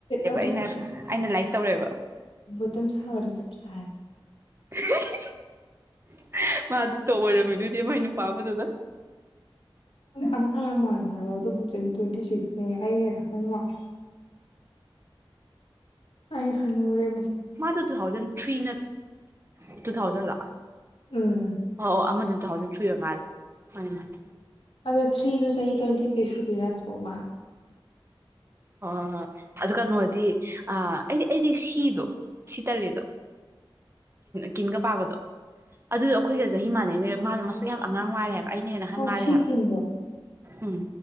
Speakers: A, on the left; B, on the right.
A: ꯑꯗꯨ
B: ꯑꯩꯅ ꯑꯩꯅ ꯂꯥꯏꯛ ꯇꯧꯔꯦꯕ
A: ꯕꯣꯇ ꯁꯥꯕꯗ ꯆꯞ ꯆ ꯍꯥꯏ
B: <unintelligible> ꯃꯥꯗꯨ ꯇꯣ ꯑꯣꯏꯔꯝꯃꯤꯗꯨꯏꯗꯤ ꯃꯥꯏ ꯅꯨꯄꯥ ꯑꯃꯗꯨꯗ
A: ꯑꯉꯥꯡ ꯌꯥꯝ ꯃꯥꯜꯂꯦ ꯍꯥꯏꯕꯣ ꯑꯣ ꯆꯍꯤ ꯇ꯭ꯋꯦꯟꯇꯤ ꯁꯤꯛꯁꯅꯦꯦ ꯑꯩ ꯍꯦꯟꯅꯈ ꯃꯉꯦ ꯑꯩ ꯍꯅꯨꯔꯦ
B: ꯃꯥꯗꯣ ꯇꯨꯊꯥꯎꯖꯟ ꯊ꯭ꯔꯤ ꯅꯠꯇ꯭ꯔꯣ ꯇꯨꯊꯥꯎꯖꯟ ꯂꯣ
A: ꯎꯝ
B: ꯑꯣ ꯑꯃꯗꯨ ꯊꯨ ꯊꯥꯎꯖꯟ ꯊ꯭ꯔꯤ ꯑꯣꯏ ꯃꯜꯂꯦ ꯃꯅꯦ ꯃꯅꯦ
A: ꯑꯗꯨꯗ ꯊ꯭ꯔꯤꯗꯨ ꯆꯍꯤ ꯇ꯭ꯋꯦꯟꯇꯤ ꯊ꯭ꯔꯤ ꯁꯨꯗꯣꯏ ꯅꯠꯇ꯭ꯔꯣ ꯃꯥ
B: ꯑꯣ ꯑꯗꯨ ꯀꯩꯅꯣꯗꯤ ꯑ ꯑꯩꯗꯤ ꯑꯩꯗꯤ ꯁꯤꯗꯣ ꯁꯤ ꯇꯜꯂꯤꯗꯣ ꯀꯤꯟꯒ ꯄꯥꯕꯗꯣ ꯑꯗꯨꯗ ꯑꯩꯈꯣꯏꯒ ꯆꯍꯤ ꯃꯥꯟꯅꯩꯅꯦ ꯃꯥꯗꯣ ꯃꯁꯛ ꯌꯥꯝ ꯑꯉꯥꯡ ꯃꯥꯜꯂꯦ ꯍꯥꯏꯕ ꯑꯩꯅ ꯍꯦꯟꯅꯍꯟ
A: ꯑꯣ
B: ꯃꯥꯜꯂꯦ
A: ꯁꯤ
B: ꯍꯥꯏꯕ
A: ꯀꯤꯟꯗꯣ
B: ꯎꯝ